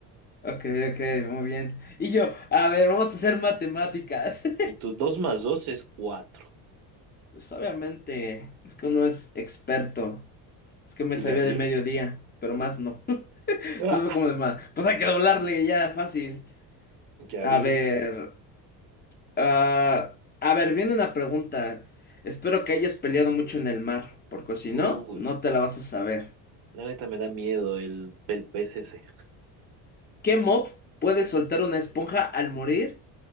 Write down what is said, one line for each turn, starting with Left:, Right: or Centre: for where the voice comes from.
Left: Ok, ok, muy bien. Y yo, a ver, vamos a hacer matemáticas. <laughs>
Right: Y tu 2 más 2 es cuatro,
Left: Pues obviamente, es que uno es experto. Es que me
Right: Sí,
Left: sabía
Right: ya vi.
Left: de mediodía, pero más no. <laughs> Entonces
Right: ¡Ah!
Left: fue como de más. Pues hay que doblarle ya, fácil.
Right: Ya
Left: A
Right: vi.
Left: ver. Ah, a ver, viene una pregunta. Espero que hayas peleado mucho en el mar, porque si no,
Right: Uy,
Left: no te la vas a saber.
Right: la neta me da miedo el, el pez ese.
Left: ¿Qué mob puede soltar una esponja al morir,